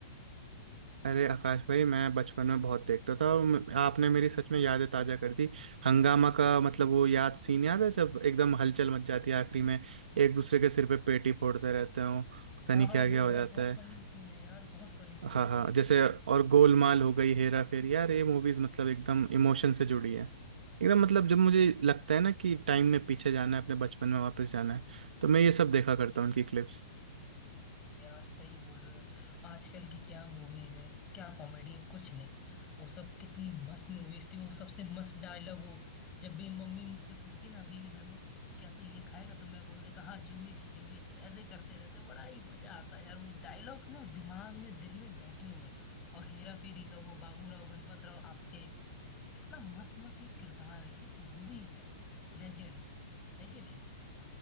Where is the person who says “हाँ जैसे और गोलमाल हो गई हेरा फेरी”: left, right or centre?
Right